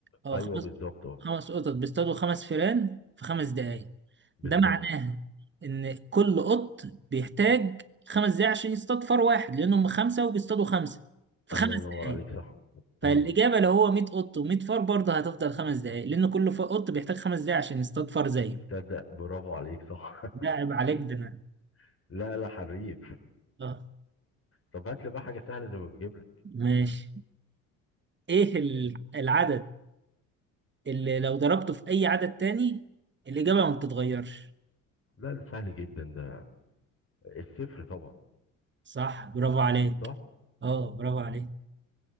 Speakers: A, on the right; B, on the left.
A: اه
B: ايوه
A: خمس
B: بالظبط اه
A: خمس قطط بيصطادوا خمس فئران في خمس دقايق
B: بالظبط
A: ده معناها ان كل قط بيحتاج خمس دقايق عشان يصطاد فار واحد لانهم خمسه وبيصطادوا خمسه في
B: الله
A: خمس
B: ينور
A: دقايق
B: عليك صح
A: فالاجابه
B: ايوه
A: لو هو 100 قط و100 فار برضه هتفضل خمس دقايق لان كل ف- قط بيحتاج خمس دقايق عشان يصطاد فار زيه
B: تصدق برافو عليك صح
A: ده عيب عليك ده أنا-
B: <laughs> لا لا حريف
A: اه
B: طب هات لي بقى حاجة سهلة زي ما بجيب لك
A: ماشي ايه ال- العدد اللي لو ضربته في اي عدد تاني الاجابه ما بتتغيرش
B: لا ده سهل جدا ده الصفر طبعا
A: صح برافو عليك
B: صح
A: اه برافو عليك